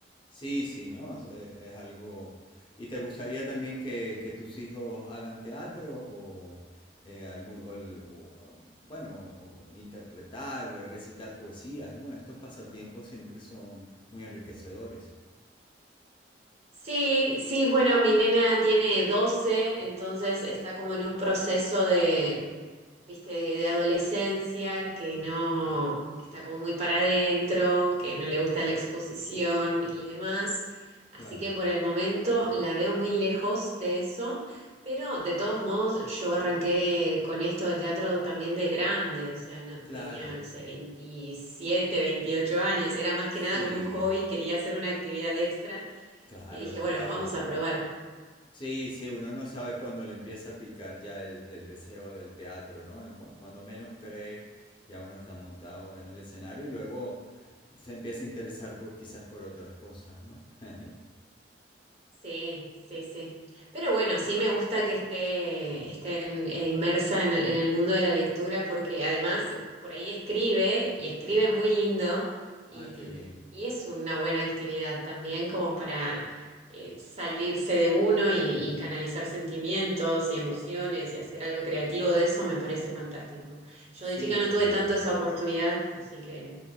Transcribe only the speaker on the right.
Sí, sí, bueno, mi nena tiene 12 entonces está como en un proceso de viste, de, de adolescencia, que no está como muy para adentro, que no le gusta la exposición y demás. Así
que por el momento la veo muy lejos de eso, pero de todos modos yo arranqué con esto de teatro también de grande, o sea, no tenía,
no sé, 27, 28 años, era más
que nada como un hobby, quería hacer una actividad extra
y dije, bueno,
vamos a probar.
Sí, sí, sí. Pero bueno, sí me gusta que esté, esté en- e inmersa en el, en el mundo de la lectura porque además por ahí escribe y escribe muy lindo y,
y es una buena actividad también como para eh, salirse de uno y, y canalizar sentimientos y emociones y hacer algo creativo de eso me parece fantástico. Yo de
chica no
tuve tanto esa oportunidad, así que